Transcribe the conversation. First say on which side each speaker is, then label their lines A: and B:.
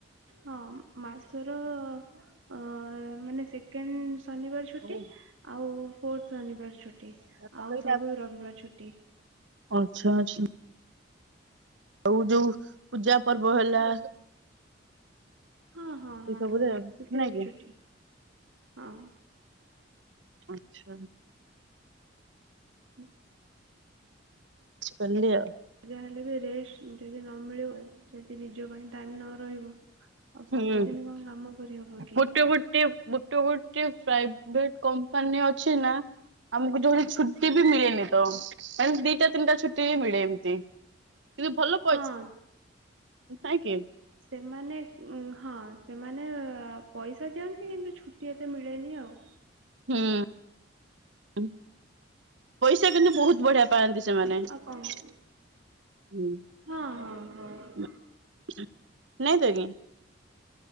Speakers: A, on the right; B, on the right.
A: ହଁ ମାସର ଅ ମାନେ ସେକେଣ୍ଡ ଶନିବାର ଛୁଟି
B: ସବୁ
A: ଆଉ ଫୋର୍ଥ ଶନିବାର ଛୁଟି। ଛୁଟି
B: ପକେଇ
A: ଆଉ ସବୁ ରବିବାର ଛୁଟି।
B: ଅଛ ଆଛା। ଆଉ ଯୋଉ ପୂଜା ପର୍ବ ହେଲା।
A: ହଁ ହଁ ହଁ
B: ସବୁରେ
A: ହଁ ସେଥିରେ
B: ନାଇଁ
A: ବି
B: କି
A: ଛୁଟି ହଁ।
B: ଆଁଛା।
A: ହୁଁ।
B: କିଛି କଲି ଏବେ।
A: ଯାହେଲେ ବି ରେଷ୍ଟ ଯଦି ନ ମିଳିବ ଯଦି ନିଜ ପାଇଁ ଟାଇମ୍ ନ ରହିବ। ଆଉ
B: ହୁଁ
A: ସବୁଦିନ କଣ କାମ କରିହବ କି
B: ଗୋଟେ ଗୋଟେ ମୁ ଟେ ଗୋଟେ ପ୍ରାଇଭେଟ କମ୍ପାନୀ ଅଛି ନା ଆମକୁ ଯୋଉଠି ଛୁଟି ବି ମିଳେନି ତ। ମାନେ ଦିଟା ତିନିଟା ଛୁଟି ବି ମିଳେ ଏମିତି। କିନ୍ତୁ ଭଲ ପଇସା
A: ହଁ
B: ନାଇଁକି?
A: ସେମାନେ ହଁ ସେମାନେ ପଇସା ଦିଅନ୍ତି କିନ୍ତୁ ଛୁଟି ଏତେ ମିଳେନି ଆଉ।
B: ହୁଁ ପଇସା କିନ୍ତୁ ବହୁତ ବଢିଆ ପାଆନ୍ତି। ମାନ ହଁ
A: ଆଉ କଣ ହଁ ହଁ ହଁ
B: <inaudible> ନାଇଁ ତ ଆଜ୍ଞା <inaudible>